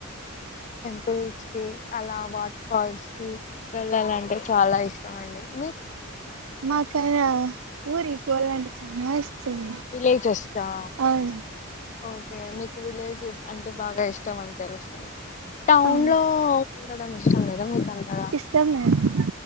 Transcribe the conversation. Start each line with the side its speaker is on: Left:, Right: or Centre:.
Left: పుల్స్ కి, అలా వాటర్ ఫాల్స్ కి వెళ్ళాలంటే చాలా ఇష్టం అండి. మీకు?
Right: నాకా ఊరికి పోలంటే చానా ఇస్ ష్టం
Left: విలేజెస్ కా
Right: అవును.
Left: ఓకే మీకు విలేజ్ అంటే బాగా ఇష్టం అని తెలుస్తాం. టౌన్
Right: అవును
Left: లో ఉండడం ఇష్టం లేదా మీకు అంతగా?
Right: ఇష్టం నాకు